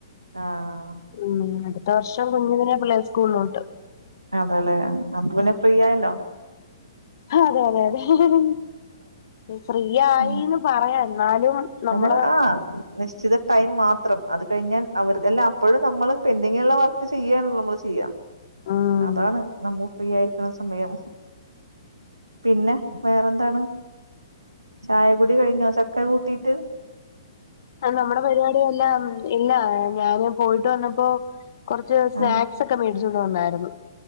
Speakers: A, on the right; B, on the left.
A: ആഹ്
B: ഉം അടുത്ത വർഷം കുഞ്ഞതിനെ പ്ലേ സ്കൂളിലോട്ട്
A: അതേല്ലെ ന്നാ പിന്നെ ഫ്രീ ആയല്ലോ
B: അതെ അതെ അതെ ഫ്രീ ആയിന്ന്
A: ഉം
B: പറയാ എന്നാലും നമ്മള്
A: അത് ആ നിശ്ചിത ടൈം മാത്രം അത് കഴിഞ്ഞാൽ അവർ എല്ലാം അപ്പോഴും നമ്മള് പെൻഡിങ്ങുള്ള വർക്ക് ചെയ്യാന്നുള്ള മ്മള് ചെയ്യാ
B: ഉം
A: അതാണ് നമ്മ ഫ്രീ ആയിരിക്കണ സമയം പിന്നെ വേറെന്താണ് ചായകുടി കഴിഞ്ഞോ ചക്ക കൂട്ടീട്ട്?
B: ആ നമ്മുടെ പരിപാടിയെല്ലാം ഇല്ലാ ഞാന് പോയിട്ട് വന്നപ്പോ കൊറച്ച് സ്നാക്സ്
A: ആഹ്
B: ഒക്കെ മേ ച്ചോണ്ട് വന്നായിരുന്നു